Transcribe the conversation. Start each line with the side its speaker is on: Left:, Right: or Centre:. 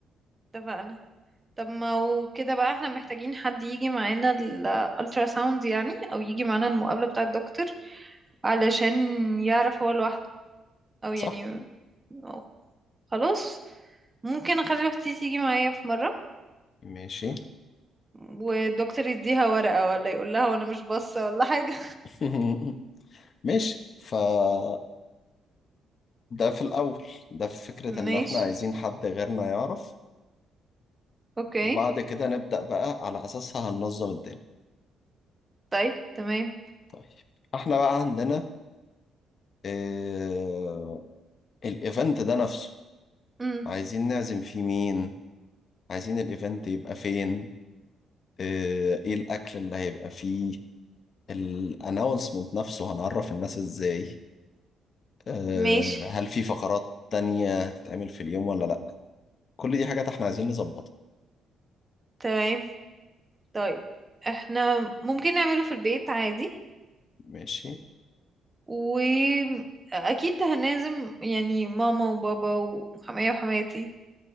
Right: اتفقنا طب ما هو كده بقى احنا محتاجين حد يجي معانا الالترا ساوند يعني او يجي معانا المقابلة بتاع الدكتور علشان يعرف هو لوحده او
Left: صح؟
Right: يعني أو خلاص ممكن اخلي اختي تيجي معايا في مرة
Left: ماشي
Right: والدكتور يديها ورقة ولا يقول لها وانا مش باصة ولا حاجة
Left: <laughs> ماشي فده في الأول ده في
Right: <laughs>
Left: فكرة إن
Right: ماشي
Left: إحنا عايزين حد غيرنا يعرف
Right: اوكي
Left: وبعد كده نبدأ بقى على أساسها هننظم الدنيا
Right: طيب تمام
Left: طيب إحنا بقى عندنا آه الإيفنت ده نفسه
Right: امم
Left: عايزين نعزم فيه مين؟ عايزين الإيفنت يبقى فين؟ آه إيه الأكل اللي هيبقى فيه؟ الأناونسمنت نفسه هنعرف الناس إزاي؟ آه،
Right: ماشي
Left: هل في فقرات تانية هتتعمل في اليوم ولا لأ كل دي حاجات احنا عايزين نظبطها
Right: تمام طيب احنا ممكن نعمله في البيت عادي
Left: ماشي
Right: واكيد هنعزم يعني ماما وبابا وحماية وحماتي